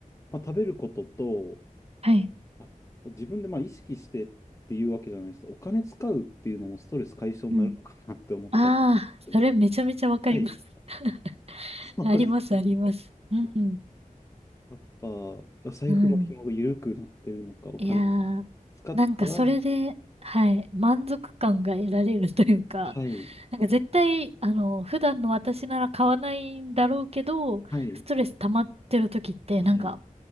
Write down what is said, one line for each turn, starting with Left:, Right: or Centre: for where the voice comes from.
Left: まあ、食べることと、
Right: はい。
Left: あと自分でまあ意識してっていうわけじゃないですけど、お金使うっていうのもストレス解消になるのかなって思ったりして。
Right: うん。ああ、それめちゃめちゃわかります。
Left: はい。
Right: <laughs>
Left: そうです
Right: あります、あります。
Left: ね。
Right: うん、
Left: やっぱ、財布の紐が緩くなってるのか、
Right: うん。
Left: お金を使ったら、
Right: いやー、なんかそれで、
Left: は
Right: はい、満足感が得られるというか、
Left: い、
Right: <laughs> なんか絶対、あの、普段の私なら買わないんだろうけど、
Left: はい、
Right: ストレス溜まってる時って、
Left: はい、
Right: なんか、